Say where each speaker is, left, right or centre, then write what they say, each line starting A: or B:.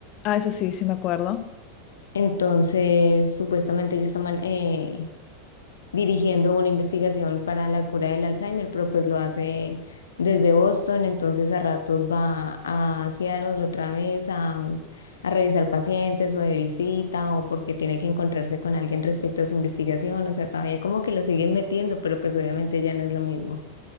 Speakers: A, on the left (about 40°); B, on the left (about 70°).
A: Ah, eso sí, sí me acuerdo.
B: Entonces, supuestamente ella está man- eh, dirigiendo una investigación para la cura del Alzheimer, pero pues lo hace desde Boston, entonces a ratos va a Seattle otra vez a, a revisar pacientes o de visita o porque tiene que encontrarse con alguien respecto a su investigación, o sea, todavía como que lo siguen metiendo, pero pues obviamente ya no es lo mismo.